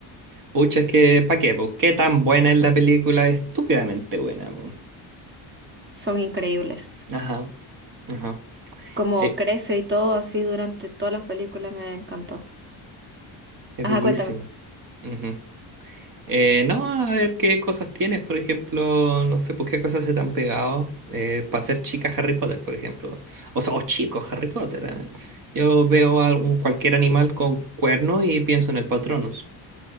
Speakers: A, on the right (about 50°); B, on the right (about 25°).
A: Pucha, es que, ¿pa' qué? po? ¿Qué tan buena es la película? Estúpidamente buena. po.
B: son increíbles.
A: Ajá, ajá.
B: Como
A: Eh,
B: crece y todo así durante todas las películas me encantó.
A: es
B: Ajá,
A: bellísimo.
B: cuéntame.
A: Ujú. Eh, no, a ver qué cosas tienes, por ejemplo, no sé por qué cosas se te han pegado eh, para ser chica Harry Potter, por ejemplo. O sea, o chicos Harry Potter. ¿eh? Yo veo a un- cualquier animal con cuerno y pienso en el Patronus.